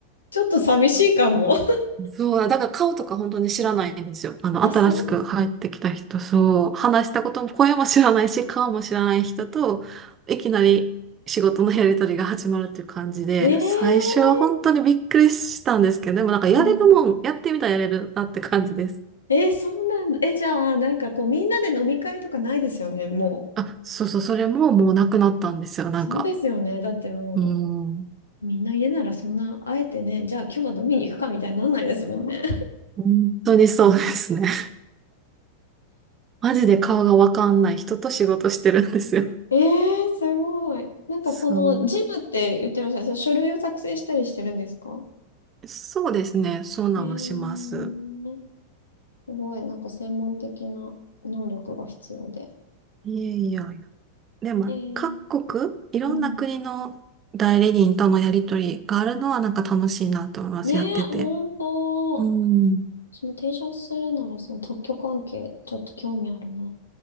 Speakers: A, on the left (about 75°); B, on the right (about 25°).
A: ちょっと寂しいかも。<laughs>
B: そう、だから顔とか本当に知らないんですよ。あの、
A: いや、
B: 新しく入ってきた人、
A: そうですよ。
B: そう、話したことも、声も知らないし、顔も知らない人と、いきなり仕事のやりとりが始まるっていう感じで、
A: えー、
B: 最初は本当にびっくりしたんですけど、でもなんかやれるもん、
A: うん。
B: やってみたらやれるなって感じです。
A: えー、そうなんだ。え、じゃあ、なんかこう、みんなで飲み会とかないですよね、もう
B: あ、そうそう、それももうなくなったんですよ、なんか。
A: そうですよね。だってもう。
B: うん、
A: う。みんな家ならそんな、あえてね、じゃあ今日は飲みに行くかみたいになんないですもんね。
B: 本当にそうですね。<laughs> マジで顔がわかんない人と仕事してるんですよ。
A: ええすごい。なんかその、
B: そう。
A: ジムって言ってましたね。その書類を作成したりしてるんですか
B: そうですね、そうなんもします。
A: えー、すごい、なんか専門的な能力が必要で。
B: いやいやいや。でも、
A: えー、
B: 各国、いろんな国の代理人とのやりとりがあるのはなんか楽しいなと思います、
A: うん。ねえ、
B: やってて。
A: ほんと。
B: うん。
A: 私も転職するなら、その特許関係、ちょっと興味あるな。